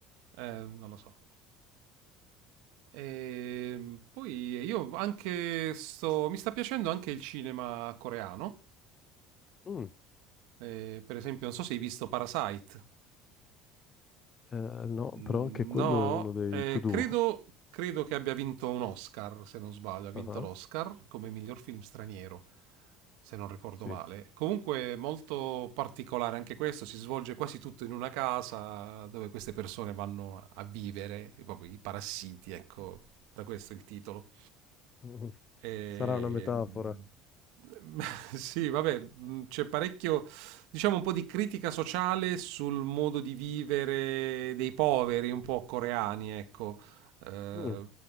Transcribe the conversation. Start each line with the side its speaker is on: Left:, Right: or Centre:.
Right: Eh, non lo so. Ehm, poi io anche sto mi sta piacendo anche il cinema coreano.
Left: Mm,
Right: Ehm, per esempio, non so se hai visto Parasite.
Left: eh, no,
Right: Mm,
Left: però anche quello
Right: No,
Left: è uno dei
Right: eh,
Left: to-do.
Right: credo, credo che abbia vinto un Oscar, se non sbaglio. Ha vinto
Left: Ah,
Right: l'Oscar come miglior film straniero, se non ricordo
Left: Sì.
Right: male. Comunque molto particolare anche questo, si svolge quasi tutto in una casa dove queste persone vanno a vivere, proprio i parassiti, ecco, da questo il titolo.
Left: Mm.
Right: E,
Left: Sarà una metafora.
Right: <laughs> mh, Sì, vabbè, mh, c'è parecchio, diciamo, un po' di critica sociale sul modo di vivere dei poveri, un po' coreani, ecco. Eh,
Left: Mm.